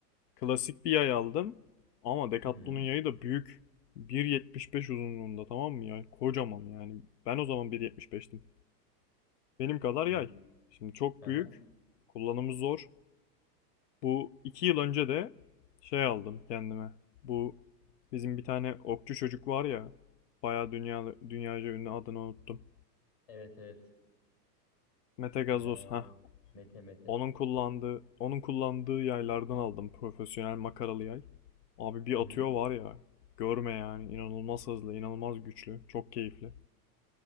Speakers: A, on the left (about 75°); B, on the left (about 30°).
A: Klasik bir yay aldım. Ama Decathlon'un
B: hı.
A: yayı da büyük. 1.75 uzunluğunda tamam mı ya? Kocaman yani. Ben o zaman 1.75'tim. Benim kadar yay.
B: Büyük.
A: Şimdi çok
B: Hı
A: büyük.
B: hı.
A: Kullanımı zor. Bu 2 yıl önce de şey aldım kendime. Bu bizim bir tane okçu çocuk var ya. Bayağı dünya, dünyaca ünlü adını unuttum.
B: Evet evet.
A: Mete
B: Ee,
A: Gazoz. Ha
B: Mete Mete.
A: Onun kullandığı, onun kullandığı yaylardan aldım. Profesyonel makaralı yay. Abi bir
B: Hı hı.
A: atıyor var ya. Görme yani. inanılmaz hızlı, inanılmaz güçlü. Çok keyifli.